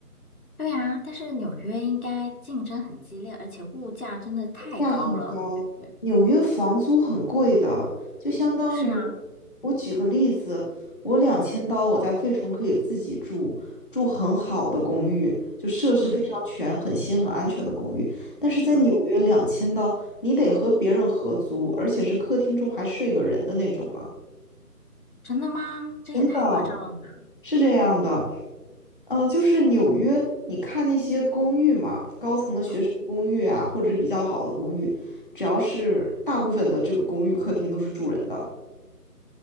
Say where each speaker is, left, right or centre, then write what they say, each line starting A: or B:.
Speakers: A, on the left; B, on the left.
A: 对啊，但是纽约应该竞争很激烈，而且物价真的太高了。
B: 价很高，
A: 我感觉
B: 纽约房租很贵的，就相当于，
A: 是啊，
B: 我举个例子，我两千刀我在费城可以自己住，住很好的公寓，就设施非常全、
A: 嗯
B: 很新、很安全的公寓，但是在纽约两千刀，
A: 嗯，
B: 你得和别人合租，而且是客厅中还睡个人的那种呢，
A: 真的吗？这也太夸张了吧。
B: 真的。是这样的，嗯、就是纽约，你看那些公寓嘛，高层的学生公寓啊，
A: 嗯
B: 或者比较好的公寓，只要是大部分的这个公寓客厅都是住人的，